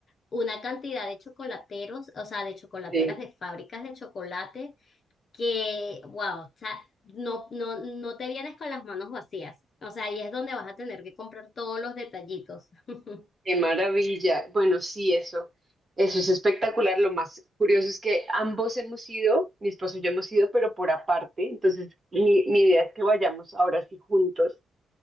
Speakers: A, on the left (about 40°); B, on the right (about 20°).
A: una cantidad de chocolateros, o sea, de chocolateras
B: Sí,
A: de fábricas de chocolate que, wow, o sea, no, no, no te vienes con las manos vacías. O sea, ahí es donde vas a tener que comprar todos los detallitos. <laughs>
B: qué maravilla. Bueno, sí, eso, eso es espectacular. Lo más curioso es que ambos hemos ido, mi esposo y yo hemos ido, pero por aparte. Entonces, mi, mi idea es que vayamos ahora sí juntos